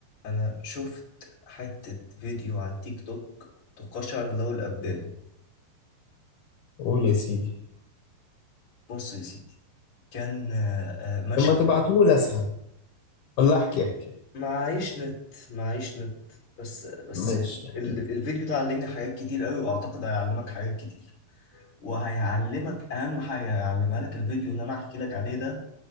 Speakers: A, on the left (about 35°); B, on the left (about 70°).
A: انا شفت حتة فيديو على التيك توك تقشعر له الابدان
B: قول يا سيدي
A: بص يا سيدي كان آه، آه، مشهد
B: لما تبعتهولي اسهل ولا احكي احكي
A: معيش نت معيش نت بس بس
B: ماشي احكي
A: ال- الفيديو ده علمني حاجات كتير قوي واعتقد هيعلمك حاجات كتير وهيعلمك اهم حاجة هيعلمها لك الفيديو اللي انا هحكي لك عليه ده